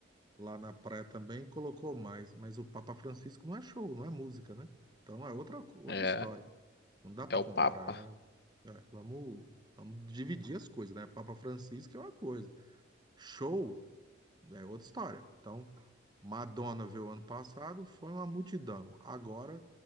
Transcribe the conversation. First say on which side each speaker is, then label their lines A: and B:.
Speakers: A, on the right; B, on the left.
A: lá na praia também colocou mais, mas o Papa Francisco não é show, não é música, né? Então é outra co- outra
B: É,
A: história. Não dá para
B: é o
A: comparar,
B: Papa.
A: né? É, vamos vamos dividir as coisas, né? Papa Francisco é uma coisa, show é outra história. Então Madonna veio ano passado, foi uma multidão. Agora